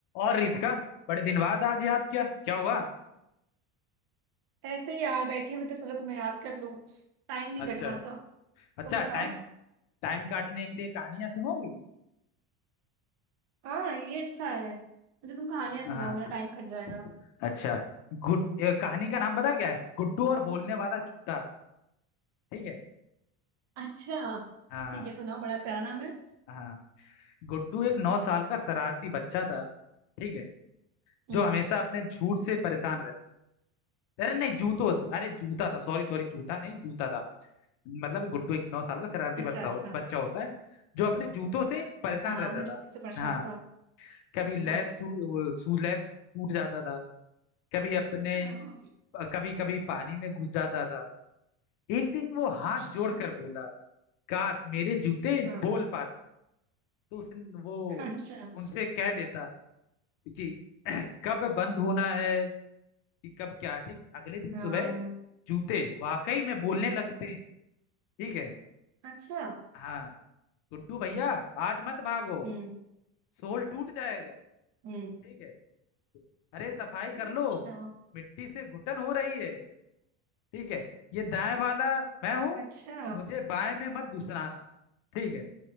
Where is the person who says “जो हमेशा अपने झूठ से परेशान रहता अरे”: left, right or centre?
Left